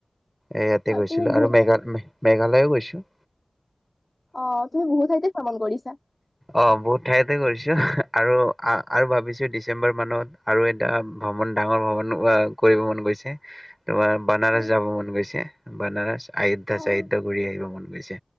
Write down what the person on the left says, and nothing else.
হয়
তুমি বহুত
অ তুমি বহুত ঠাইতে ভ্ৰমণ কৰিছা।
হয়
অ